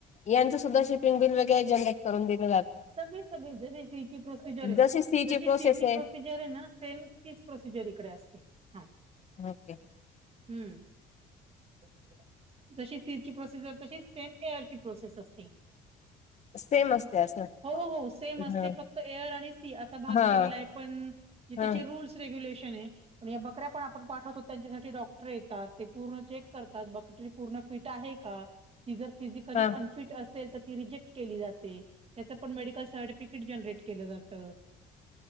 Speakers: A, on the left; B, on the right.
A: यांचं सुद्धा शिपिंग बिल वगैरे जनरेट करून दिल तुम्ही?
B: सगळे, सगळे जशी इसिची प्रोसिजर आहे.
A: जसे सी
B: जशी
A: ची प्रोसेस
B: सिची
A: आहे
B: प्रोसिजर आहे ना सेम तीच प्रोसिजर इकडे असते हा.
A: ओके
B: हम्म जशी सीटची प्रोसिजर तशी सेम एअर प्रोसेस अस असते.
A: सेम असते. असं
B: हो, हो सेमते
A: हा
B: फक्त एर आणि सी असा भाग
A: हा
B: केलेला आहे पण त्याचे
A: हा
B: रूल्स <inaudible> पण या बकऱ्या पण आपण पाठवतो त्यांच्यासाठी डॉक्ट टर येतात ते पूर्ण चेक करतात बकरी पूर्ण फिट आहे का? ती जर फिजिकली
A: हा
B: अनफिट असेल तर ती रिजेक्ट केली जाते. त्याच पण मेडिकल सर्टिफिकेट जनरेट केलं जात.